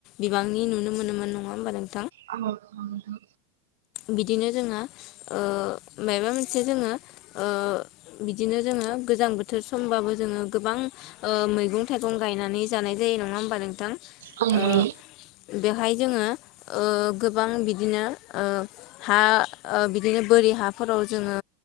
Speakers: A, on the left; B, on the right.
A: बिबांनि नुनो मोनोमोन नङा होमबा नों
B: औ नंगौ नोंथां।
A: बिदिनो जोंहा ओ माबा मोनसे जोङो ओ बि दिनो जोङो गोजां बोथोर समबाबो जोङो गोबां ओ मैगं थाइगं गायनानै जानाय जायो नङा होमबा नोंथां?
B: औ
A: ओ
B: नंगौ।
A: बेवहाय जोङो ओ गोबां बिदिनो ओ हा ओ बिद बिदिनो बोरि हाफोराव जोङो